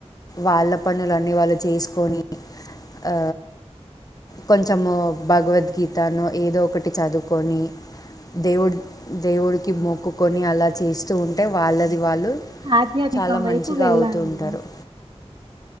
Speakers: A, on the left; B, on the right.
A: వాళ్ళ పనులు అన్ని వాళ్ళు చేసుకొని ఆ కొంచం భగవత్ గీతను ఏదో ఒకటి చదువుకొని దేవుడు దేవుడికి మొక్కుకొని అలా చేస్తూ ఉంటే వాళ్ళది వాళ్ళు
B: ఆధ్యాత్నికం
A: చాలా
B: వైపు
A: మంచిగా
B: వెళ్ళాలి
A: అవుతూ
B: అండి
A: ఉంటారు